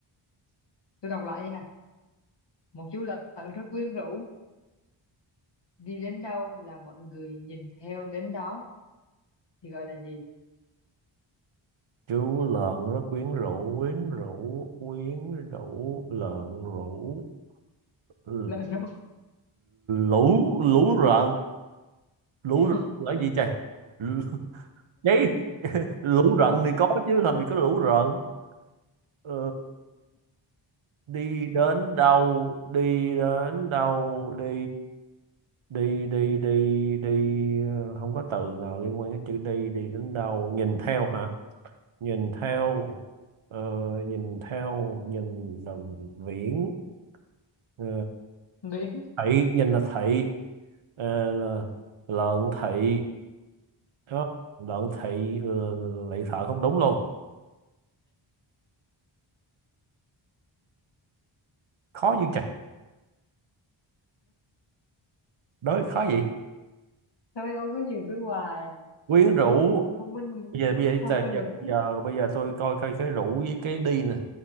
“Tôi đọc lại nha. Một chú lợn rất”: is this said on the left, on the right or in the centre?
Left